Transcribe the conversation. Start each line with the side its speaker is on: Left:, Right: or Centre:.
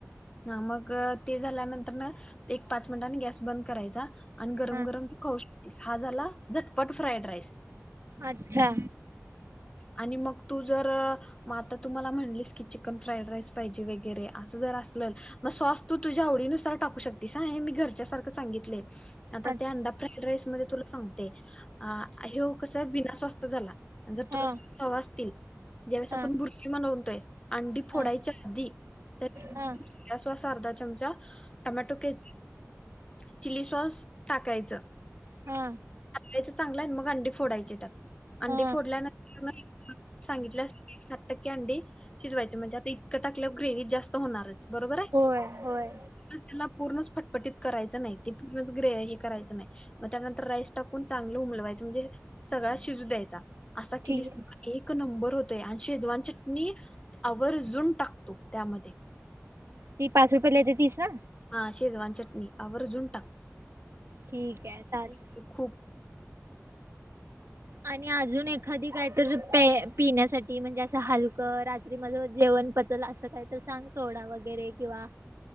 Left: ह मग ते झाल्यानंतर न एक पाच मिनटांनी गॅस बंद करायचा आणि गरम-गरम
Right: हा
Left: स हा झाला झटपट फ्राईड राईस
Right: अच्छा
Left: आणि मग तू जर मग आता तु मला म्हणलीस की चिकन फ्राईड राईस पाहिजे वगैरे असं जर अस मग साॅस तू तुझ्या आवडीनुसार टाकू शकतीस हा मी हे घरच्या सारख सांगितलंय आता
Right: अच्छा
Left: त्या अंडा फ्राईड राईस मध्ये तुला सांगते. अ ह्यो कस बिना साॅसचा झाला जर
Right: हा
Left: तुला साॅस हवा असतील. ज्यावेळेस
Right: हा
Left: आपण भुर्जी बनवतोय अंडी फोडायच्या
Right: हा
Left: आधी त्यात
Right: हा
Left: सॉस अर्धा चमचा टोमॅटो केचप, चिली सॉस टाकायचं.
Right: हा
Left: याच चांगलं आहे आणि मग अंडी फोडायची त्यात अंडी
Right: हा
Left: फोडल्यानंतर मग सांगितलं अस साठ टक्के अंडी शिजवायची म्हणजे आता इतकं टाकल्यार ग्रेवी जास्त होणारच. बरोबर आहे
Right: होय होय
Left: त्याला पूर्णच फटफटीत करायच नाही ते पूर्ण ग्रे हे करायचं नाही मग त्यानंतर राईस टाकून चांगलं उमलवायचं म्हणजे सगळा शिजू द्यायचा असा
Right: ठीक
Left: केलीस
Right: आहे
Left: भात एक नंबर होतोय आणि शेजवान चटणी आवर्जुन टाक तु त्यामध्ये.
Right: ती पाच रुपयाला येते तीच ना?
Left: हा शेजवान चटणी आवर्जुन टाक.
Right: ठीक आहे चाल
Left: ते खूप
Right: आणि अजून एखादी काय तर पे पिण्यासाठी म्हणजे असं हलकं रात्री माझ जेवण पच चल असं काही तरी सांग सोडा वगैरे किंवा